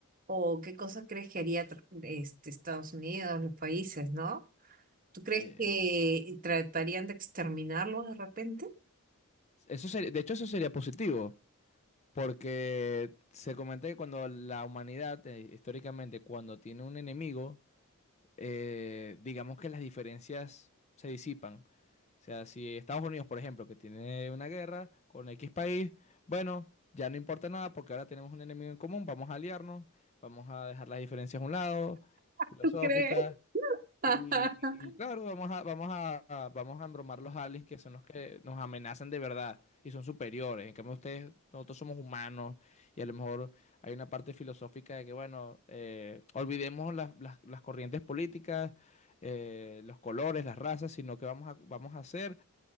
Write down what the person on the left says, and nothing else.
Eh,
eso sería- de hecho, eso sería positivo. Porque se comenta que cuando la humanidad, eh, históricamente, cuando tiene un enemigo, eh, digamos que las diferencias se disipan. O sea, si Estados Unidos, por ejemplo, que tiene una guerra con X país, bueno, ya no importa nada porque ahora tenemos un enemigo en común, vamos a aliarnos, vamos a dejar las diferencias a un lado, filosóficas,
y, y claro, vamos a, vamos a, a- vamos a embromar los aliens que son los que nos amenazan de verdad y son superiores. En cambio, ustedes, nosotros somos humanos y a lo mejor hay una parte filosófica de que, bueno, eh, olvidemos las, las- las corrientes políticas, eh, los colores, las razas, sino que vamos a, vamos a hacer